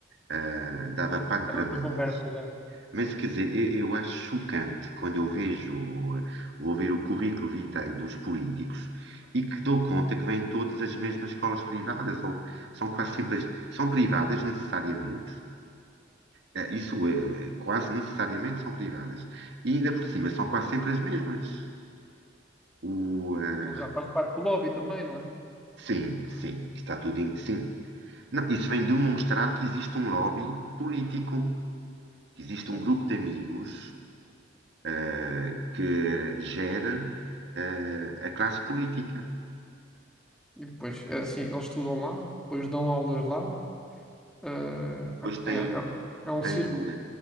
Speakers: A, on the right; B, in the centre.
A: ah, dava pano
B: Era
A: para
B: outra
A: mangas.
B: conversa já.
A: Mas quer dizer, eu, eu acho chocante quando eu vejo, vou ver o currículo vitae dos políticos e que dou conta que vêm todas as mesmas escolas privadas, ou são quase sempre, as- são privadas necessariamente, eh, isso é, quase necessariamente são privadas, e ainda por cima são quase sempre as mesmas. O, eh,
B: Ele já faz parte do lobby também, não é?
A: Sim, sim, está tudo em. Sim. Não, isso vem demonstrar que existe um lobby político, que existe
B: Sim.
A: um grupo de amigos eh, que gera eh, a classe política.
B: E depois, é assim, eles estudam lá, depois dão aulas lá. eh,
A: Pois tem,
B: é, é, é um
A: tem,
B: círculo
A: eh,